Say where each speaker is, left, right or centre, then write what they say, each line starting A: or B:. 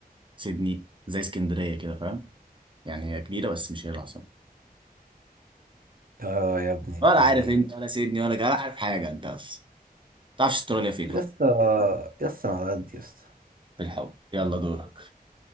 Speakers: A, on the right (about 30°); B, on the right (about 65°).
A: سيدني زي اسكندرية كده فاهم يعني هي كبيرة بس مش هي العاصمة
B: اه يا ابن
A: ولا
B: الايه
A: عارف انت ولا سيدني ولا ولا عارف حاجة انت اصلا تعرفش استراليا فين
B: يا
A: حتى
B: اسطى يا اسطى أنا على قد يا اسطى
A: في الحول يلا دورك